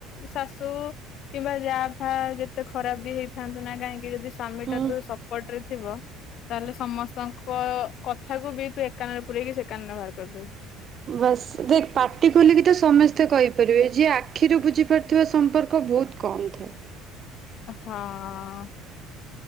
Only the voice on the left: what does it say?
ଶାଶୁ କିମ୍ବା ଯା ଫା ଯେତେ ଖରାପ ବି ହେଇଥାନ୍ତୁ ନା କାହିଁକି ଯଦି ସ୍ ସ୍ବାମୀଟା
ତୋ ସପୋର୍ଟରେ ଥି ଥିବ ତାହେଲେ ସମସ୍ତଙ୍କୁ ତ କଥାକୁ ବି ତୁ ଏକ କାନରେ ପୁରେଇକି, ସେ କାନରେ ବାହାର କରିଦବୁ।
ହଁ ଅ।